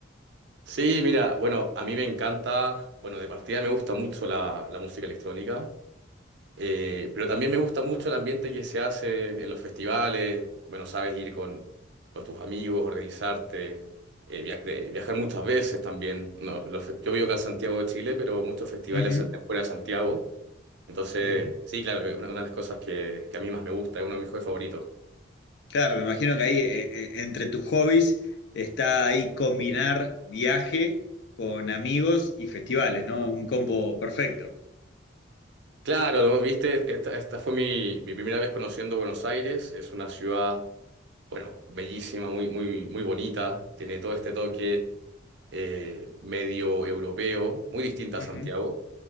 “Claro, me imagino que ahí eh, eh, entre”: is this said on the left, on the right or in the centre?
Left